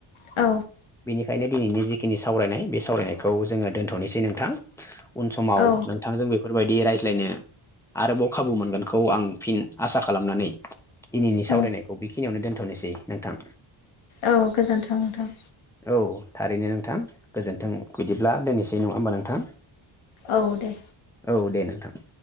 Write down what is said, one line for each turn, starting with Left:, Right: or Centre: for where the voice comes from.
Left: औ
Centre: बेनिखायनो दिनैनि जिखिनि सावरायनाय बे सावरायनायखौ जोङो दोनथ'नोसै नोंथां। उन समाव
Left: औ
Centre: नोंथां जों बेफ फोरबायदि रायज्लायनो आरोबाव खाबु मोनगोनखौ आं फिन आसा खालामनानै दिनैनि सावरायनायखौ
Left: औ
Centre: बेखिनियावनो दोनथ'नोसै नोंथां।
Left: औ गोजोनथों नोंथां।
Centre: औ थारैनो नोंथां गोजोन्थों बिदिब्ला दोनैसै नङा होमबा नोंथां।
Left: औ दे।
Centre: औ दे नोंथां।